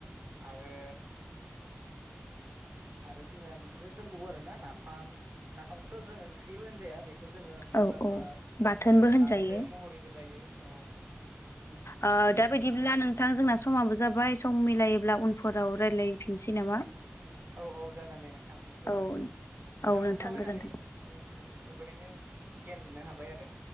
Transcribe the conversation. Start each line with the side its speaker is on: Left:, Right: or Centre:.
Right: आरो
Left: <inaudible>
Right: आरो जोंना बिदिनो दोंबावो आरोना नाफाम नाफामखौथ' जों ओंख्रिबो होनजाया बेखौ जोंङो सोरबाफ्रा
Left: औ औ बाथोनबो होनजायो
Right: बाथोन महरैबो जायो औ बिदि
Left: ओ
Right: बिदि
Left: दा
Right: आरो
Left: बायदिब्ला नोंथां जोंना समाबो जाबाय सम मिलायोब्ला उनफोराव रायलायफिनसै नामा
Right: औ औ जागोन दे नोंथां गोजोन्थों
Left: औ
Right: नोंथांजों
Left: औ नोंथां
Right: सावरायनानै
Left: गोजोन्थों
Right: जों जोबोरैनो गियान मोननो हाबाय आरो